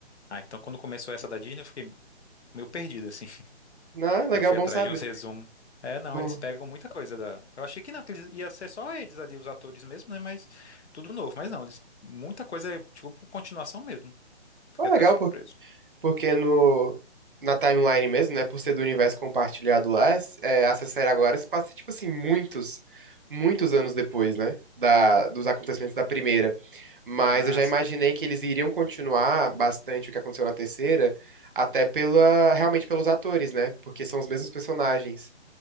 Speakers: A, on the left; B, on the right.
A: Ah, então quando começou essa da Disney, eu fiquei meio perdido, assim. <laughs>
B: Não, é legal,
A: Eu fui
B: bom
A: atrás
B: sabe?
A: de uns resumos. É, não,
B: Bom,
A: eles pegam muita coisa da. Eu achei que não, que eles, ia ser só eles ali, os atores mesmo, né? Mas tudo novo. Mas não, eles, muita coisa é tipo continuação mesmo. Fiquei
B: é legal
A: até surpreso.
B: Porque no, na timeline mesmo, né? Por ser do universo compartilhado lá, é, essa série agora se passa, tipo assim, muitos, muitos anos depois, né? Da, dos acontecimentos da primeira. Mas
A: Ah,
B: eu já
A: sim.
B: imaginei que eles iriam continuar bastante o que aconteceu na terceira, até pela, realmente pelos atores, né? Porque são os mesmos personagens.